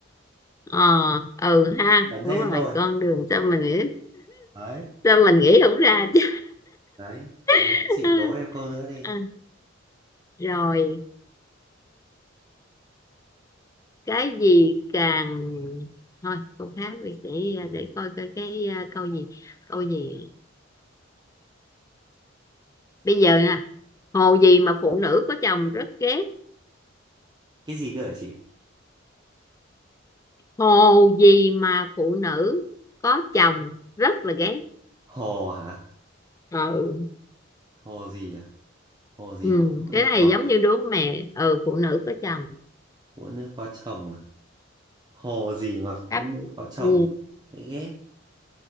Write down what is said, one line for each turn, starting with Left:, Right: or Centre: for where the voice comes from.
Left: ờ ừ ha
Right: bẩn thêm
Left: đúng rồi
Right: thôi
Left: con đường sao mình nghĩ
Right: đấy
Left: sao mình nghĩ không ra chứ
Right: đấy, đấy.
Left: <laughs>
Right: chị đố em câu nữa đi
Left: À, rồi cái gì càng thôi câu khác đi để ờ,
Right: ừ.
Left: để coi coi cái à, câu gì câu gì bây giờ nè hồ gì mà phụ nữ có chồng rất ghét
Right: cái gì cơ hả chị
Left: hồ gì mà phụ nữ có chồng rất là ghét
Right: hồ hả
Left: ừ,
Right: hồ gì à hồ gì
Left: ừ.
Right: mà phụ
Left: cái
Right: nữ
Left: này
Right: có
Left: giống như đố mẹ ừ phụ nữ có chồng
Right: phụ nữ có chồng à? hồ gì mà
Left: Đáp.
Right: phụ nữ có chồng
Left: ừ.
Right: đấy ghét